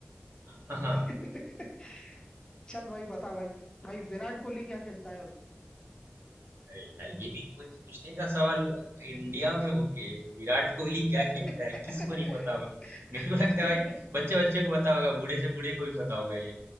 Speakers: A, on the right; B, on the left.
A: हाँ
B: <laughs>
A: <laughs>
B: चल भाई बता भाई भाई विराट कोहली क्या खेलता है भाई
A: अरे यार ये भी कोई पूछने का सवाल हुआ तो इंडिया में होके विराट कोहली क्या
B: <laughs>
A: खेलता है किसको नहीं पता होगा मेरे को लगता है भाई बच्चे बच्चे को पता होगा बूढ़े से बूढ़े को भी पता होगा ये